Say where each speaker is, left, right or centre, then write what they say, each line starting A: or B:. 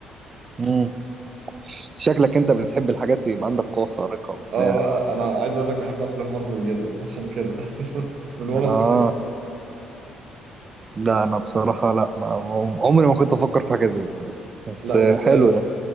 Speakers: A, on the right (about 35°); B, on the right (about 60°).
A: امم شكلك أنت بتحب الحاجات يبقى عندك قوة خارقة وبتاع
B: أه أنا عايز أقول لك بحب أفلام مارفل جدا عشان كده <laughs> من وأنا
A: آه
B: صغير
A: لا أنا بصراحة لا ما عم- عمري ما كنت أفكر في حاجة زي دي بس
B: لا إزاي
A: حلو ده